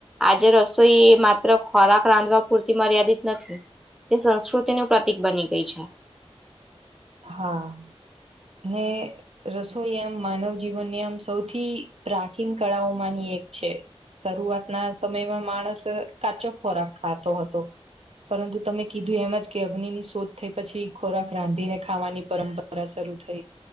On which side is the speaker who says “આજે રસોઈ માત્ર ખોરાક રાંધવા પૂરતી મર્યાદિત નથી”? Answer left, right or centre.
Centre